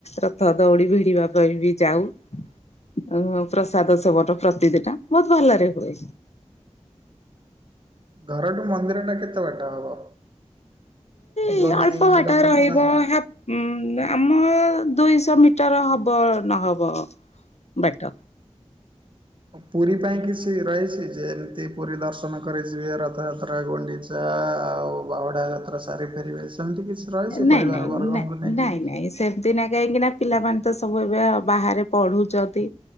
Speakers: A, on the left; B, on the right.
A: ରଥ ଦଉଡ଼ି ଭିଡିବା କିବ ଯାଉ ପ୍ରସାଦ ସେବନ ପ୍ରତିଦିିନ ବହୁତ ଭଲରେ ହୁଏ
B: ଘରଠୁ ମନ୍ଦିର ଟା କେତେ ବାଟା ହବ?
A: ଏ
B: ଯୋଉଠି
A: ଅଳ୍ପ ବାଟ
B: ରଥ
A: ରହିବ
B: ଟଣା
A: ଉଁ ଆମ ଦୁଇଶହ ମିଟର ହବ ନହବ ବାଟ
B: ପୁରୀ ପାଇଁ କିଛି ରହିଛି ଯେ ଏମିତି ପୁରୀ ଦର୍ଶନ କରି ଯିବେ ରଥଯାତ୍ରା ଗୁଣ୍ଡିଛି ଆଉ ବାହୁଡା ଯାତ୍ରା ସାରି ଫେରିବେ ସେମିତି କିଛି ରହିଛି
A: ନାଇଁ
B: ପରିବାର
A: ନାଇଁ
B: ବର୍ଗଙ୍କୁ
A: ନ
B: ନେଇକି
A: ନାଇଁ ନାଇଁ ସେ ଦିନା କାହିଁକି ନା ପିଲାମାନେ ତ ସବୁ ଏବେ ବାହାରେ ପଢୁଛନ୍ତି